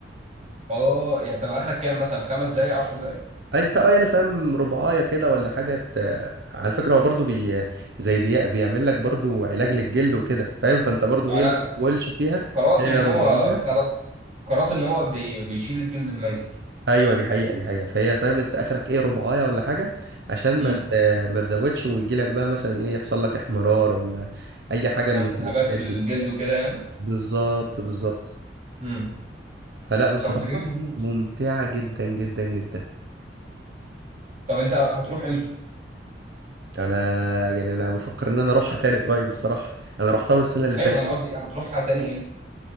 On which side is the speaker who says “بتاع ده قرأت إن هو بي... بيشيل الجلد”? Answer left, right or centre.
Right